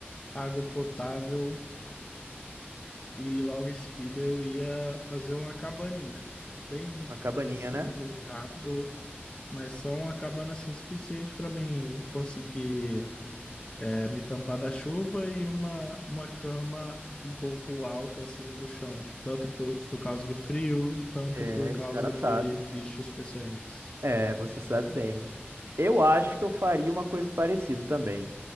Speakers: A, on the left; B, on the right.
A: água potável E logo em seguida eu ia fazer uma cabaninha. Bem,
B: A cabaninha,
A: é, simples
B: né?
A: e rápido, mas só uma cabana assim suficiente para mim conseguir é, me tampar da chuva e uma, uma cama um pouco alta acima do chão. Tanto por, por causa de frio, tanto
B: É,
A: por causa
B: esse cara sabe.
A: de bichos peçonhentos.
B: É, você sabe bem. Eu acho que eu faria uma coisa parecida também.